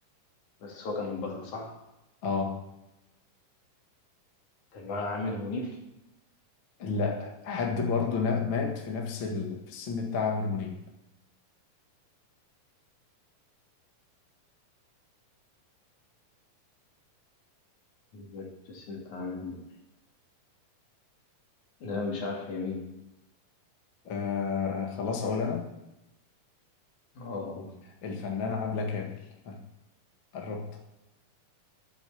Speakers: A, on the left (about 65°); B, on the left (about 45°).
A: بس هو كان البطل صح
B: اه
A: كان معاه عامر منيب
B: لا حد برضه نا- مات في نفس ال... في السن بتاع عمرو منيب
A: مات في السن بتاع عامر منيب لا مش عارف هي مين
B: آه خلاص اقول انا
A: اه
B: الفنانة عبلة كامل آه، قربت